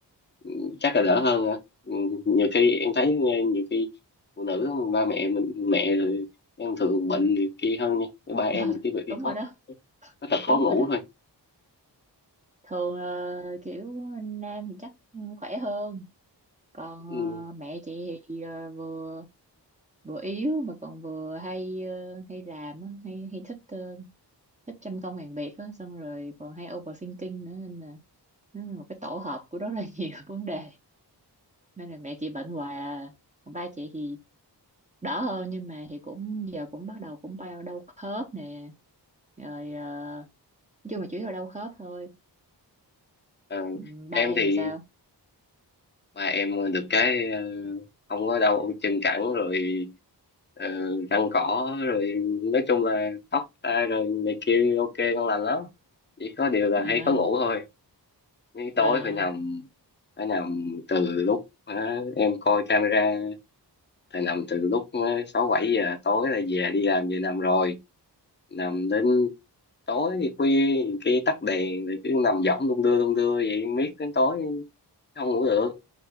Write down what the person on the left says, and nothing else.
ờ, chắc là đỡ hơn hả Ừ, nhiều khi em thấy nghe nhiều khi phụ nữ ba mẹ mình mẹ rồi em thường bệnh nhiều khi hơn nha ba em
thì cái bị
có
có tật khó
ngủ
thôi
Ừ,
Ờ,
em
thì
ba em được cái ờ, không có đau chân cẳng rồi ờ, răng cỏ rồi nói chung là tóc ta rồi này kia ok ngon lành lắm chỉ có điều là hay
có ngủ thôi nhưng tối
phải nằm phải nằm từ lúc ờ, em coi camera thì nằm từ lúc ờ, sáu bảy giờ tối là về đi làm về nằm rồi nằm đến tối khuya nhiều khi tắt đèn rồi cứ nằm võng đung đưa đung đưa vậy miết đến tối không ngủ được